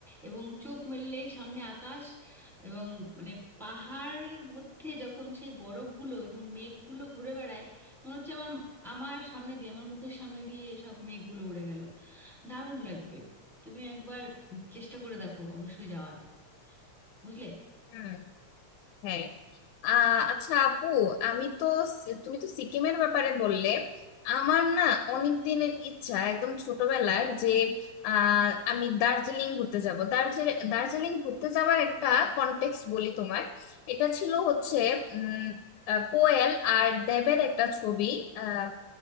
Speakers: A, in the centre; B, on the left.
A: এবং চোখ মেললেই সামনে আকাশ এবং মানে পাহাড়ের মধ্যে যখন সেই বরফগুলো এবং মেঘগুলো ঘুরে বেড়ায় মনে হচ্ছে আমার আমার সামনে দিয়ে আমার মুখের সামনে দিয়ে এসব মেঘগুলো উড়ে গেল দারুণ লাগবে তুমি একবার চেষ্টা করে দেখো অবশ্যই যাওয়ার বুঝলে
B: হুম হ্যাঁ আহ আচ্ছা আপু আমি তো সি- তুমি তো সিকিমের ব্যাপারে বললে আমার না অনেক দিনের ইচ্ছা একদম ছোটবেলার যে আহ আমি দার্জিলিং ঘুরতে যাব দার্জিলিং দার্জিলিং ঘুরতে যাওয়ার একটা কনটেক্সট বলি তোমার এটা ছিল হচ্ছে উম আহ, কোয়েল আর দেবের একটা ছবি আহ